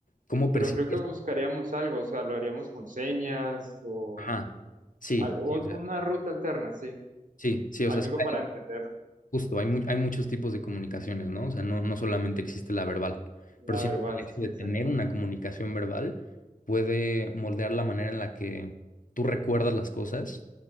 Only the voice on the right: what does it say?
Pero
creo que buscaríamos algo, o sea, lo haríamos con señas o
Al- o-
Una
ruta alterna, sí.
Algo
para entender
la
verbal,
sí,
exacto.
<laughs>